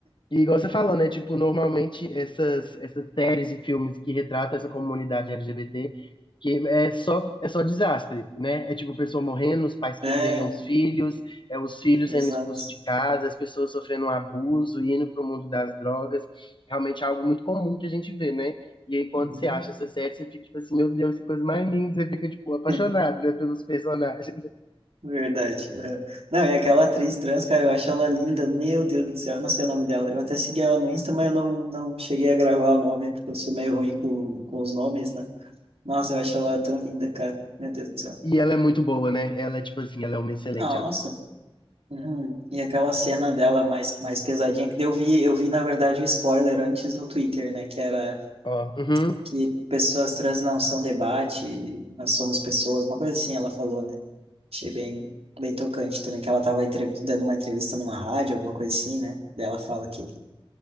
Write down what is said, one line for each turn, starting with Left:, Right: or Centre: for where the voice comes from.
Left: E igual você falou, né? Tipo, normalmente essas, essas séries e filmes que retratam essa comunidade LGBT, que é só, é só desastre, né? É tipo pessoa morrendo, os pais que
Right: É,
Left: odeiam os filhos, é os filhos
Right: exato.
Left: sendo expulsos de casa, as pessoas sofrendo um abuso, indo pro mundo das drogas. Realmente é algo muito comum que a gente vê, né? E aí quando
Right: Uhum.
Left: você acha essa série, você fica tipo assim, meu Deus, que coisa mais linda, você fica tipo apaixonado,
Right: <laughs>
Left: né, pelos personagens.
Right: Verdade. aham. Não, e aquela atriz trans, cara, eu acho ela linda. Meu Deus do céu, eu não sei o nome dela. Eu até segui ela no Insta, mas eu não, não cheguei a gravar o nome, porque eu sou meio ruim com, com os nomes, né? Nossa, eu acho ela tão linda, cara. Meu Deus do céu.
Left: E ela é muito boa, né? Ela, é, tipo assim, ela é uma excelente
Right: Nossa.
Left: atriz.
Right: Uhum. E aquela cena dela mais, mais pesadinha, que daí eu vi, eu vi, na verdade, o spoiler antes no Twitter, né? Que era
Left: Ó, uhum.
Right: que pessoas trans não são debate, nós somos pessoas, uma coisa assim ela falou, né? Achei bem, bem tocante também, que ela estava dando uma entrevista numa rádio, alguma coisa assim, né? Daí ela fala aquilo.